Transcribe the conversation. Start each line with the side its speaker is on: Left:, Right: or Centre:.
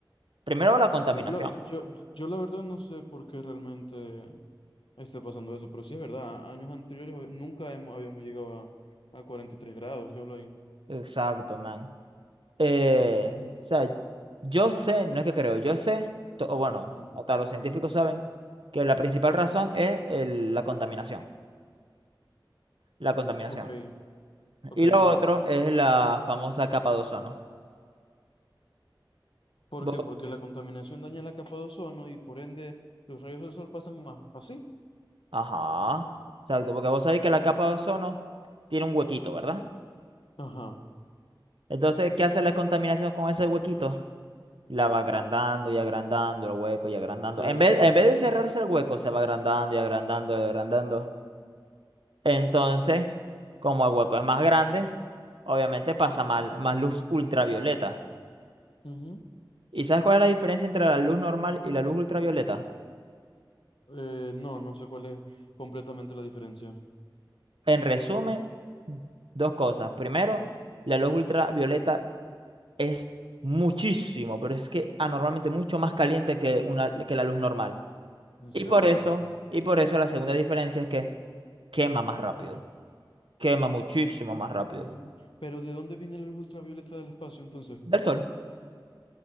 Right: primero la contaminación.
Left: Yo la, yo, yo la verdad no sé por qué realmente. esté pasando eso. Pero sí es verdad, años anteriores o- nunca hemos- habíamos llegado a, a 43 grados, ¿qué hablo ahí?
Right: Exacto, man. Eh, o sea, yo sé, no es que creo, yo sé, to- o bueno,
Left: Mm,
Right: hasta los científicos saben que la principal razón es el- la contaminación, la contaminación.
Left: Ok, ok.
Right: Y lo otro es la famosa capa de ozono.
Left: ¿Por
Right: Vo-
Left: qué? Porque la contaminación daña la capa de ozono y por ende los rayos del sol pasan más. ¿Así?
Right: Ajá, exacto, porque vos sabéis que la capa de ozono tiene un huequito, ¿verdad?
Left: Ajá,
Right: Entonces, ¿qué hace la contaminación con ese huequito? La va agrandando y agrandando el hueco y agrandando.
Left: ok.
Right: En vez, en vez de cerrarse el hueco, se va agrandando y agrandando y agrandando. Entonces, como el hueco es más grande, obviamente pasa mal- más luz ultravioleta.
Left: ujú.
Right: ¿Y sabes cuál es la diferencia entre la luz normal y la luz ultravioleta?
Left: Eh, no, no sé cuál es completamente la diferencia.
Right: En resumen, dos cosas. Primero, la luz ultravioleta es muchísimo, pero es que anormalmente mucho más caliente que una, que la luz normal.
Left: ¿En serio?
Right: Y por eso, y por eso la segunda diferencia es que quema más rápido. Quema muchísimo más rápido.
Left: Mm, Pero ¿de dónde viene la luz ultravioleta del espacio entonces?
Right: Del sol,